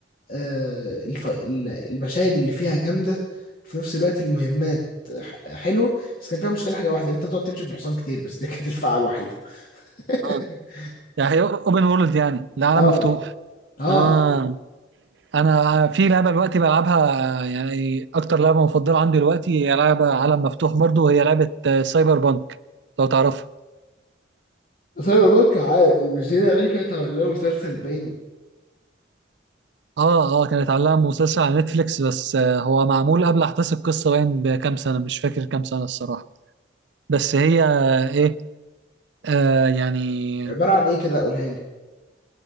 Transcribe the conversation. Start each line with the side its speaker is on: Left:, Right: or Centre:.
Left: آه، الف... ال- المشاهد اللي فيها جامدة في نفس الوقت المهمات ح- حلوة بس كان فيها مشكلة حاجة واحدة إن أنت تقعد تمشي بالحصان كتير بس دي كانت الفعة الوحيدة <laughs>
Right: اه يعني هي اوبن وورلد يعني العالم
Left: اه
Right: مفتوح
Left: اه
Right: اه انا في لعبه دلوقتي بلعبها يعني اكتر لعبه مفضله عندي دلوقتي هي لعبه عالم مفتوح برضو وهي لعبه آه، سايبر بانك لو تعرفها
Left: سايبر بانك عارف مش دي اللي كانت عامله له مسلسل باين
Right: اه اه كانت عليها مسلسل على نتفليكس بس آه، هو معمول قبل احداث القصه باين بكام سنه مش فاكر كام سنه الصراحه بس هي آه، ايه آه يعني
Left: عباره عن ايه كده قولها لي